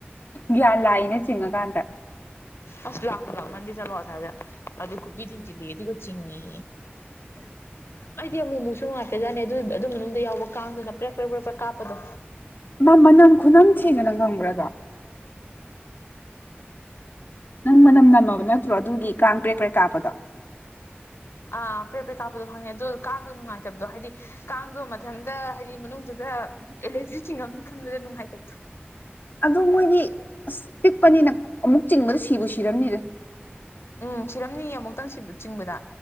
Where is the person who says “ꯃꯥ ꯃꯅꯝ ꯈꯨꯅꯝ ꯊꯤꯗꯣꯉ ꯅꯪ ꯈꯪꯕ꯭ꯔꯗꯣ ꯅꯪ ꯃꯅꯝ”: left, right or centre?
Left